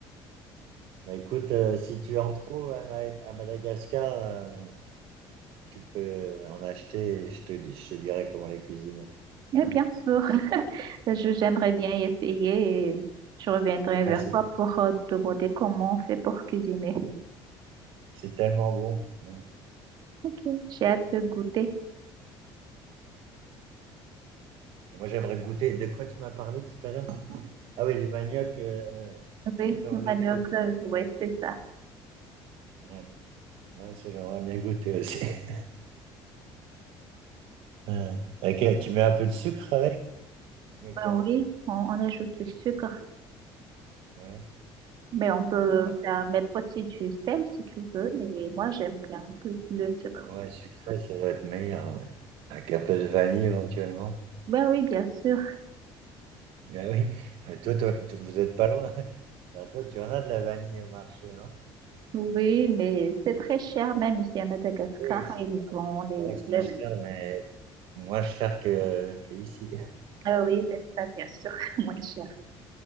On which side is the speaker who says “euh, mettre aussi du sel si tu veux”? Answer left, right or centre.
Right